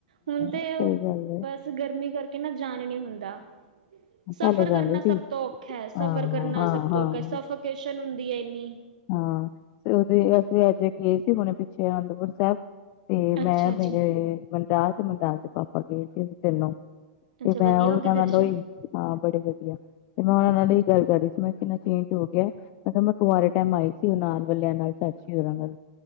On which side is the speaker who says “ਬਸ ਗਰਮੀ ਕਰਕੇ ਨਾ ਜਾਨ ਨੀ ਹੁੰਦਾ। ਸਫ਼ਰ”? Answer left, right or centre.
Right